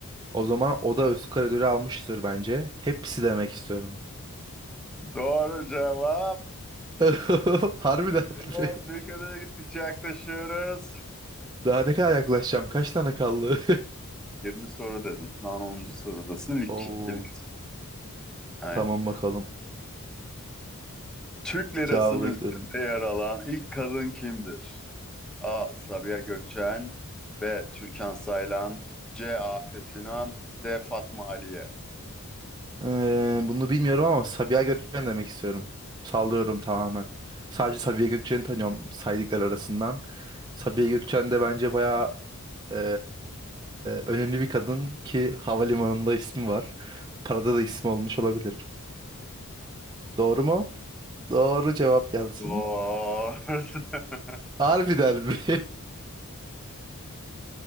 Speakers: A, on the right; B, in the centre.
A: o zaman o da Oscar ödülü almıştır bence. Hepsi demek istiyorum.
B: Doğru cevap.
A: <laughs> Harbiden
B: Evet,
A: mi?
B: bir kadere gittikçe yaklaşıyoruz.
A: Daha ne kadar yaklaşacağım? Kaç tane kaldı?
B: 20 soru dedim. Şu an 10. sorudasın.
A: <laughs>
B: İlk,
A: Oo,
B: ilk, aynen.
A: tamam bakalım.
B: Türk lirasının
A: Cevabı bekliyorum.
B: üzerinde yer alan ilk kadın kimdir? A. Sabiha Gökçen B. Türkan Saylan C. Afet İnan D. Fatma Aliye
A: Ee, bunu bilmiyorum ama Sabiha Gökçen demek istiyorum. Sallıyorum tamamen. Sadece Sabiha Gökçen'i tanıyorum saydıklar arasından. Sabiha Gökçen de bence bayağı eee, önemli bir kadın ki havalimanında ismi var. Parada da ismi olmuş olabilir. Doğru mu? Doğru cevap gelsin.
B: Zor. <laughs>
A: Harbiden mi? <laughs>